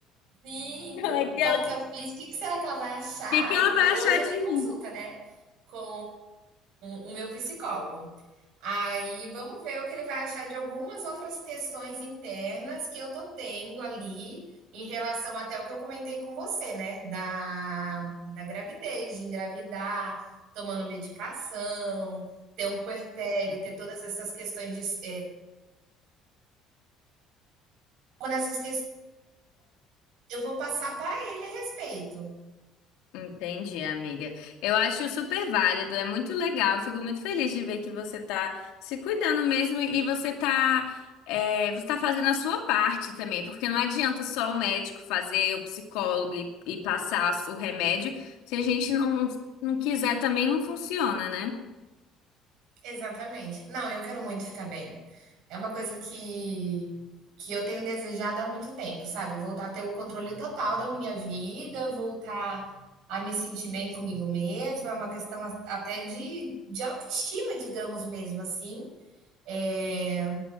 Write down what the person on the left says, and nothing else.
Como
é que
ela... <laughs>
o
que que ela
vai
achar
de
mim?
Sim.
Entendi, amiga. Eu acho super válido, é muito legal. eu Fico muito feliz de ver que você tá se cuidando mesmo e você tá, é, você tá fazendo a sua parte também, porque não adianta só o médico fazer, o psicólogo e, e passar o remédio. Se a gente não, não quiser também não funciona, né?